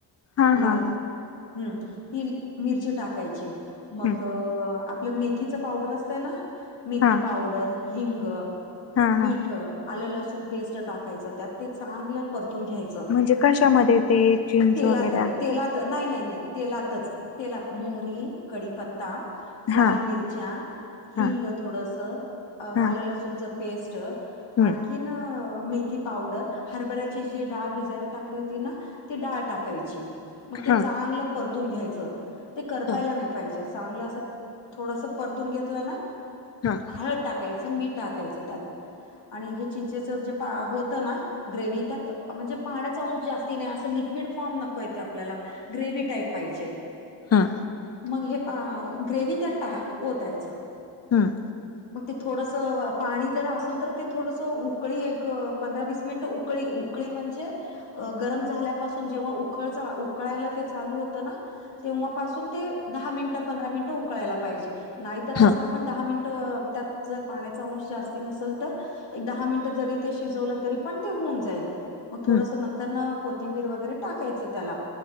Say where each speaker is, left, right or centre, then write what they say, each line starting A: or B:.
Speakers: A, on the left; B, on the left.
A: हा
B: लाल
A: हा हा
B: हम्म. ती मिरची टाकायची मग
A: हम्म
B: आपलं मेथीच पावडर असतंय ना. मेथी
A: हा
B: पावडर, हिंग,
A: हा
B: मीठ.
A: हा
B: आलं लसूण पेस्ट टाकायचं त्यात ते चांगलं परतून घ्यायचं.
A: म्हणजे कशामध्ये ते. जीन्स
B: तेलात
A: वगैरे आहे
B: तेलात नाही नाही नाही तेलातच तेलात मोहरी, कडीपत्ता ता
A: हा
B: लाल मिरच्या, हिंग
A: हा
B: थोडस, आलं
A: हा
B: लसूणचं पेस्ट ट
A: हम्म
B: आणखी इन मेथी पावडर हरभऱ्याची जी डाळ भिजायला टाकली होती ना ती कैची मग ते
A: हा
B: चांगलं परतून घ्यायच ते करपायला
A: हा
B: नाही पाहिजे चांगलं अस थोडस परतून घेतलं ना
A: हा.
B: हळंद टाकायचं मीठ टाकायचं त्यांत आणि हे चिंचेचं जे पां होतं नां ग्रेव त्यांत म्हणजे पाण्यांचा अंश जास्ती नाहीं असं लिक्विड फॉर्म नको येते आपल्यांला ग्रेव टाईप पाहिजे
A: हां
B: मंग हे पा ग्रेव तरं टां होतांयचं
A: हंम
B: मंग ते थोडंस पाणी जरं असेल तरं ते थोडंसं उकळी एक पंधरा वीस मिनिटं उकळी उकळी म्हणजे गरमं झाल्यांपासून जेंव्हा उकळ उकळायला ते चालूं होतं नां तेव्हांपासून ते दहा मिनिटं पंधरा मिनिटं उकळांयला पाहिजे नाहीतरं
A: हा
B: असं आपणं दहा मिनिटं त्यांत जरं पाण्यांचा अंश जास्ती नसेल तरं एक दहा मिनिटं जरी ते शिजवलं तरी पणं ते होऊन जाईल मंग थोडंसं
A: हम्म
B: नंतर नां कोथिंबीर वगैरें टाकायचं त्यांला